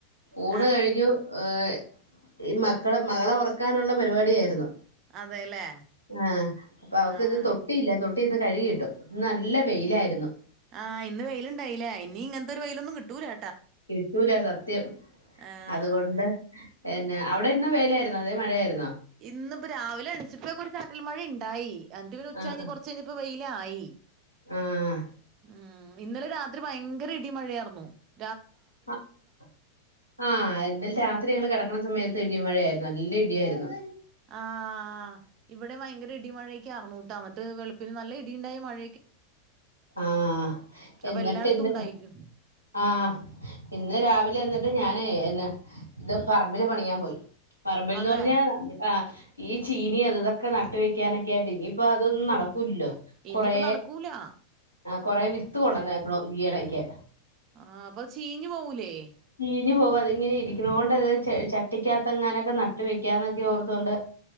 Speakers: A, on the left (about 85°); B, on the right (about 35°).
A: ഊണ്
B: ആഹ്
A: കഴിഞ്ഞു എ് ഈ മക്കളെ മകളെ ഒറക്കാനുള്ളെ പരിപാടിയായിരുന്നു
B: അതെല്ലേ
A: ആ അപ്പ അവക്ക്
B: ആഹ്
A: ഇന്ന് തൊട്ടിയില്ല തൊ ട്ടി ഇന്ന് കഴ്കിയിട്ടു ഇന്ന് നല്ല വെയിലായിരുന്നു
B: ആ ഇന്ന് വെയിൽ ഇണ്ടായിലെ ഇനി ഇങ്ങെൻത്തെ ഒരു വെയിലൊന്നും കിട്ടുലാ
A: കിട്ടുലാ സ ത്യം
B: ആഹ്
A: അതുകൊണ്ട് എന്നാ അവിടെ ഇന്ന് വെയിലായിര്ന്നോ അതെ മഴയായിര്
B: ഇന്ന് ഇപ്പം രാവിലെ എണീച്ചപ്പോ ഒക്കെ ഒര്. ചാറ്റൽ മഴയി ണ്ടായി എന്നിട്ട് പിന്നെ ഉച്ച
A: ആഹ്
B: കഴിഞ്ഞ്
A: ആഹ്
B: കൊറച്ച് കഴിഞ്ഞപ്പോ വെയി ക്കായി
A: ആഹ്
B: ഉം ഇന്നലെ രാത്രി ഭയങ്കര ഇടിം മഴയാർ <unintelligible>
A: അഹ് ആ ഇന്നലെ രാത്രി ഞങ്ങള് കെടക്കണ സമയത്ത് ഇടിയും മഴയാര് നല്ല ഇടിയാരുന്നു.
B: ആഹ്‌ ഇവിട് ടെ ഭയങ്കര ഇടീം മഴേക്കെ ആർന്നു ട്ടോ. എന്നിട്ട് വെളുപ്പിന് നല്ല ഇടിയുണ്ടായി മഴ
A: ആഹ്
B: അപ്പൊ
A: എന്നിട്ട്
B: എല്ലായിടത്തും
A: ന്ന്
B: ഉണ്ടായിരിക്കും
A: ആഹ് ഇന്ന് രാവിലെ എന്നി ഞാന് എന്നാ ഇന്ന് പറമ്പില് പണിയാൻ പോയി. പറമ്പിൽന്ന്
B: അതെ
A: പറഞ്ഞാ ആ ഈ ചീനി അതുമിതുമൊക്കെ നട്ടുവെക്കാനൊക്കെയായിട്ട് ഇനി ഇപ്പൊ അതൊന്നും നട ക്കൂലല്ലോ.
B: ഇനിയിപ്പ
A: കൊറേ
B: നടക്കൂല ആഹ്
A: ആ കൊറെ വിത്ത് കൊണ്ടന്നേക്കണു ഈയെടെ ക്ക്.
B: ആ അപ്പൊത് ചീഞ്ഞു പോവൂലേ?
A: ചീ ഞ്ഞുപോവും. അതിങ്ങനെ ഇരിക്കണോണ്ടത് ച ചട്ടിക്കകത്തെങ്ങാനുമൊക്കെ നട്ടു വെക്കാന്നൊക്കെ ഓർത്തോണ്ട്